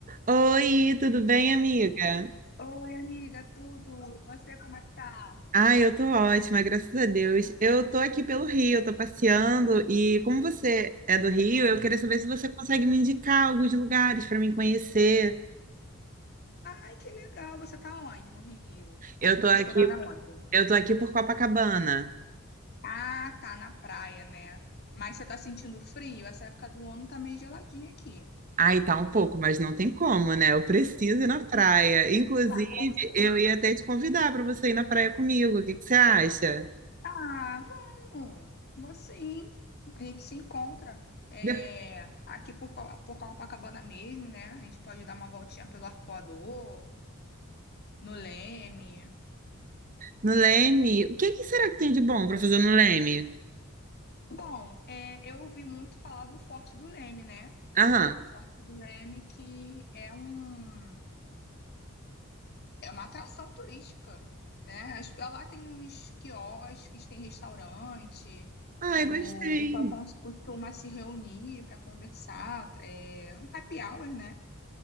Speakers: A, on the right (about 40°); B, on the left (about 50°).
A: Oi, tudo bem, amiga?
B: Oi, amiga, tudo? Você como é que tá?
A: Ah, eu tô ótima, graças a Deus. Eu tô aqui pelo Rio, eu tô passeando e como você é do Rio, eu queria saber se você consegue me indicar alguns lugares para me conhecer.
B: Ai, que legal. Você tá onde? No Rio?
A: Eu
B: Es-
A: tô
B: Hospedada
A: aqui,
B: onde?
A: eu tô aqui por Copacabana.
B: Ah, tá na praia, né? Mas você tá sentindo frio? Essa época do ano tá meio geladinha aqui.
A: Ai, tá um pouco, mas não tem como, né? Eu preciso ir na praia. Inclusive,
B: Tá com certeza.
A: eu ia até te convidar para você ir na praia comigo. O que que você acha?
B: Ah, vamos. Vou sim. A gente se encontra é,
A: De-
B: aqui por, Co- por Copacabana mesmo, né? A gente pode dar uma voltinha pelo Arpoador, no Leme.
A: No Leme, o que que será que tem de bom para fazer no Leme?
B: Bom, é, eu ouvi muito falar do Forte do Leme, né?
A: Aham.
B: O Forte do Leme, que é um, é uma atração turística, né? As- Lá tem uns quiosques, tem restaurante,
A: Ai,
B: o
A: gostei.
B: pessoal cons- costuma se reunir para conversar, é um happy hour, né?